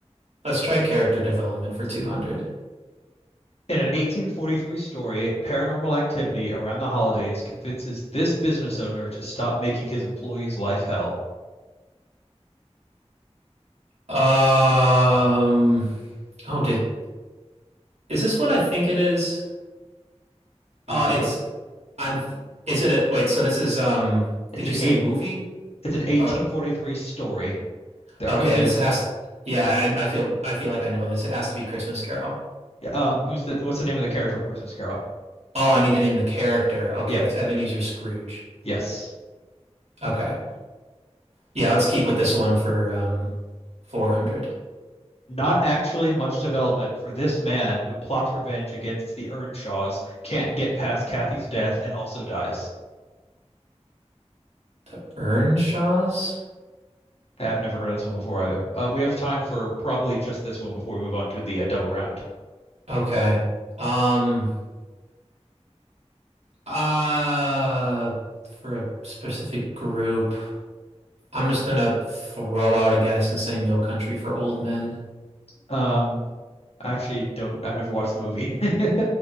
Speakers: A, on the right; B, on the left.
A: Let's try character development for 200.
B: In an 1843 story, paranormal activity around the holidays convinces this business owner to stop making his employees' life hell.
A: Um, oh, did, is this what I think it is? Uh,
B: It was the,
A: it's,
B: what?
A: I'm, is it a, wait, so this is, um,
B: It's
A: did
B: an
A: you say
B: eight.
A: movie?
B: It's an 1843
A: Oh,
B: story. There,
A: okay.
B: uh, did,
A: This has, yeah, I, I feel, I feel like I know this. It has to be Christmas Carol.
B: um, who's the what's the name of the character from Christmas Carol?
A: Oh, I need to name the character. Okay.
B: Yep,
A: It's Ebenezer Scrooge.
B: yes.
A: Okay. Yeah, let's keep with this one for um 400.
B: Not actually much development for this man who plots revenge against the Earnshaws, can't get past Kathy's death, and also dies.
A: The Earnshaws?
B: Hey, I've never heard of this one before either. Uh, we have time for probably just this one before we move on to the uh, double round.
A: Okay. Um uh for a specific group, I'm just gonna throw out a guess and say No Country for Old Men.
B: Um, I actually don't. I've never watched the movie. <laughs>